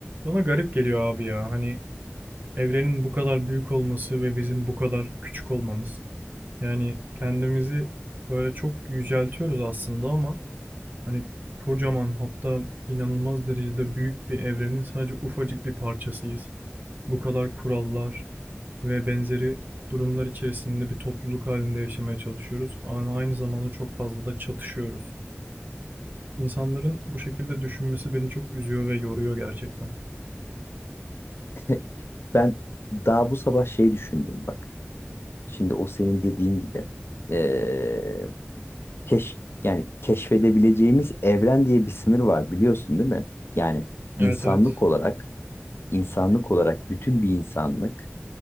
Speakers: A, on the right (about 45°); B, on the left (about 60°).
A: Bana garip geliyor abi ya. Hani evrenin bu kadar büyük olması ve bizim bu kadar küçük olmamız. Yani kendimizi böyle çok yüceltiyoruz aslında ama hani kocaman hatta inanılmaz derecede büyük bir evrenin sadece ufacık bir parçasıyız. Bu kadar kurallar ve benzeri durumlar içerisinde bir topluluk halinde yaşamaya çalışıyoruz ama aynı zamanda çok fazla da çatışıyoruz. İnsanların bu şekilde düşünmesi beni çok üzüyor ve yoruyor gerçekten.
B: <laughs> Ben daha bu sabah şey düşündüm bak. Şimdi o senin dediğin gibi eee, keş yani keşfedebileceğimiz evren diye bir sınır var biliyorsun değil mi? Yani
A: Evet
B: insanlık
A: evet.
B: olarak insanlık olarak bütün bir insanlık